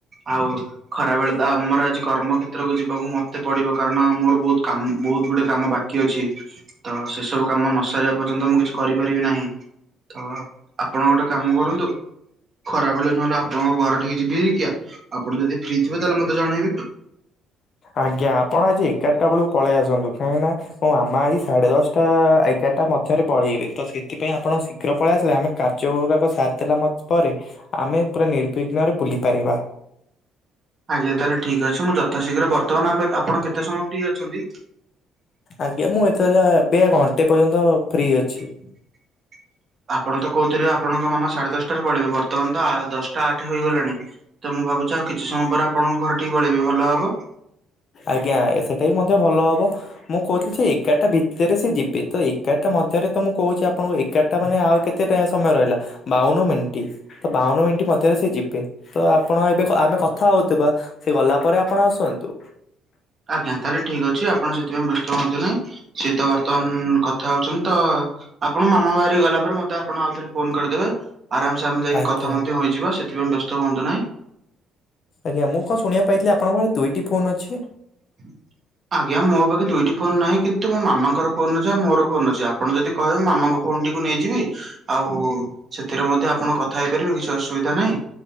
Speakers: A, on the right; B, on the left.
A: ଆଉ ଖରା ବେଳେ ତ ଆମର ଆଜି କର୍ମ କ୍ଷେତ୍ରକୁ ଯିବାକୁ ମତେ ପଡିବ କାରଣ ମୋର ବହୁତୁ କାମ ବହୁତ ଗୁଡେ କାମ ବା କି ଅଛି ତ ସେ ସବୁ କାମ ନ ସାରିବା ପର୍ଯ୍ୟନ୍ତ ମୁଁ କିଛି କରିପାରିବି ନାହିଁ। ତ ଆପଣ ଗୋଟେ କାମ କରନ୍ତୁ ଖରାବେଳେ ନହେଲେ ଆପଣଙ୍କ ଘର ଠିକ୍ ଯିବି ହେ କିଆ ଆପଣ ଯଦି ଫ୍ରି ଥିବେ ତାହେଲେ ମତେ ଜଣେଇବେ।
B: ଆଜ୍ଞା ଆପଣ ଆଜି ଏଗାରଟ ବେଳକୁ ପଳେଇ ଆସନ୍ତୁ କାହିଁକିନା ହଁ ଆମ ଆଜି ସାଢେ ଦଶଟା ଏଗାରଟା ମଧ୍ୟରେ ପଳେଇବେ ତ ସେଥିପାଇଁ ଆପଣ ଶୀଘ୍ର ପଳେଇ ଆସିଲେ ଆମେ କାର୍ଯ୍ୟ ଗୁରାକ ସାର ଦେଲା ମ ପରେ ଆମେ ପୁରା ନିର୍ବିଘ୍ନରେ ବୁଲି ପାରିବା।
A: ଆଜ୍ଞା ତାହେଲେ ଠିକ ଅଛି ମୁଁ ଯଥାଶୀଘ୍ର ବର୍ତ୍ତମାନ ଆମେ ଆପଣ କେତେ ସମୟ ଫ୍ରି ଅଛନ୍ତି?
B: ଆଜ୍ଞା ମୁଁ ଏତେରେ ଏବେ ଘଣ୍ଟେ ପର୍ଯ୍ୟନ୍ତ ଫ୍ରି ଅଛି।
A: ହ ଆପଣ ତ କହୁଥିଲେେ ଆପଣଙ୍କ ମାମା ସାଢେ ଦଶଟାରେ ପଳିବେ ବର୍ତ୍ତମାନ ତ ଦଶଟା ଆଠ ହେଇଗଲାଣି। ତ ମୁଁ ଭାବୁଛି ଆଉ କିଛି ସମୟ ପରେ ଆପଣଙ୍କ ଘରେ ପଳେଇ ବି ଭଲ ହବ।
B: ଆଜ୍ଞା ସେଇଟା ବିି ମଧ୍ୟ ଭଲ ହେବ। ମୁଁ କହୁଥିଲି ଯେ ଏଗାରଟା ଭିତରେ ସେ ଯିବେ। ତ ଏଗାରଟା ମଧ୍ୟରେ ତ ମୁଁ କହୁଛି ଆପଣଙ୍କୁ ଏଗାରଟା ମାନେ ଆଉ କେତ କେତେ ଟା ସମୟ ରହିଲା ବାଉନ ମିଣ୍ଟି। ତ ବାଉନ ମିଣ୍ଟି ମଧ୍ୟରେ ସେ ଯିବେ ତ ଆପଣ ଏବେ ଆମେ କଥା ହଉଥିବା। ସେ ଗଲା ପରେ ଆପଣ ଆସନ୍ତୁ।
A: ଆଜ୍ଞା ତାହେଲେ ଠିକ୍ ଅଛି ଆପଣ ସେଥିପାଇ ବ୍ୟସ୍ତ ହୁଅନ୍ତୁ ନାହିଁ। ସିଏ ତ ବର୍ତ୍ତମାନ କଥା ହଉଛନ୍ତି ତ ଆପଣ ମାମା ବାହାରି ଗଲା ପରେରେ ମତେ ଆପଣ ଆଉ ଥରେ ଫୋନ କରିଦେବେ ଆରାମସେ ଆମେ ଯାଇକି
B: ଆଜ୍ଞା
A: କଥା ମଧ୍ୟ ହୋଇଯିବା ସେଥିପାଇଁ ବ୍ୟସ୍ତ ହୁଅନ୍ତୁ ନାହିଁ।
B: ଆଜ୍ଞା ମୁ କଣ ଶୁଣିବା ପାଇ ଆପଣଙ୍କ ପାରେ ଦୁଇଟି ଫୋନ୍ ଅଛି?
A: ହୁଁ ଆଜ୍ଞା ମୋ ପାଖରେ ଦୁଇଟି ଫୋନ ନାହିଁ କିନ୍ତୁ ମୋ ମାମାଙ୍କର ଫୋନ ଅଛି ଆଉ ମୋର ଫୋନ୍ ଅଛି ଆପଣ ଯଦି କହିବେ ମାମା ଫୋନଟିକୁ ନେଇଯିବି ଆଉ ସେଥିରେ ମଧ୍ୟ ଆପଣ କଥା ହେଇପାରିବେ କିଛି ଅସୁବିଧା ନାହିଁ।